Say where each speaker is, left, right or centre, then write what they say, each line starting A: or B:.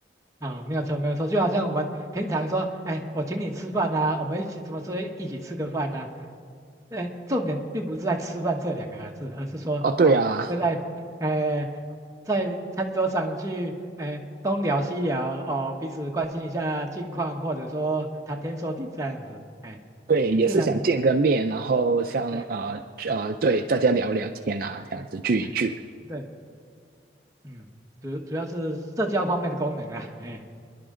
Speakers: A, on the right; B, on the right.
A: 啊，没有错，没有错，就好像我们平常说，哎，我请你吃饭呐、我们一起什么时候一起吃个饭呐、呃，重点并不是在吃饭这两个字，而是说哦，
B: 哦。对啊，
A: 会在呃在餐桌上去呃东聊西聊哦，彼此关心一下近况，或者说谈天说地这样子，哎，
B: 对，也是想见个面，
A: 自然
B: 然后像呃呃，
A: 对，嗯
B: 对，大家聊聊天啊，这样子聚一聚。
A: 嗯嗯，对，嗯，主主要是社交方面的功能啊，哎，